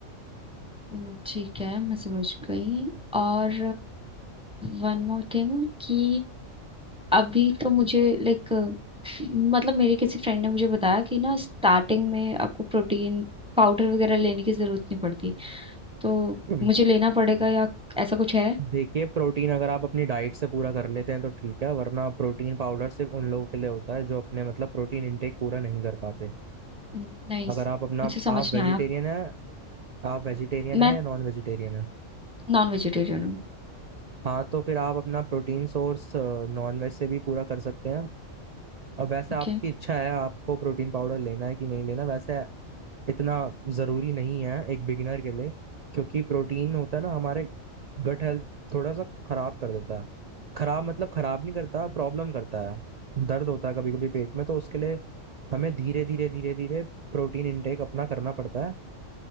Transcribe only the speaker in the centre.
हम्म, ठीक है मैं समझ गई और वन मोर थिंग कि अभी तो मुझे लाइक मतलब मेरे किसी फ्रेंड ने मुझे बताया कि ना स्टार्टिंग में आपको प्रोटीन पाउडर वगैरह लेने की जरूरत नहीं पड़ती तो
मुझे लेना पड़ेगा या ऐसा कुछ है
नहीं
मुझे समझ
नहीं आया
मैं
नॉन वेजिटेरियन हूँ
ओके